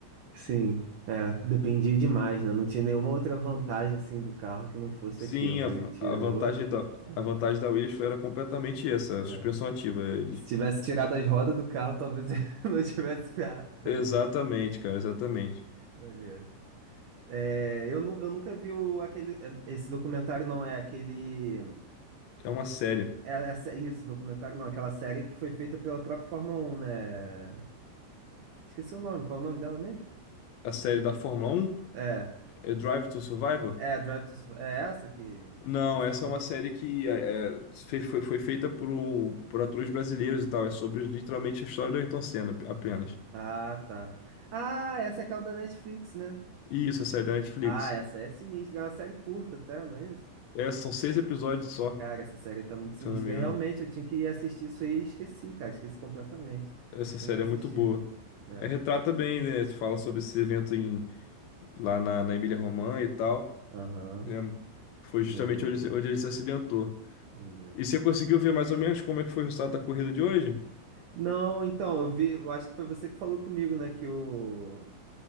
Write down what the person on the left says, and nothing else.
Sim,
a,
a vantagem da,
a vantagem da Williams foi, era completamente essa, a suspensão
ativa. Eles-
Exatamente, cara, exatamente.
É uma série.
A série da Fórmula Um
é Drive to Survive
Não,
essa
é uma série que é, é, fe- foi, foi feita por, um- por atores brasileiros e tal. É sobre literalmente a história do Ayrton Senna ap- apenas.
E Isso, a série da Netflix.
É, são seis episódios só,
se eu não me
engano.
Essa
série
é muito boa.
É, retrata bem, né? Fala sobre esse evento em, lá na, na Emília-Romagna e tal.
né? Foi justamente
onde, ele- onde ele se acidentou.
E você conseguiu ver mais ou menos como é que foi o resultado da corrida de hoje?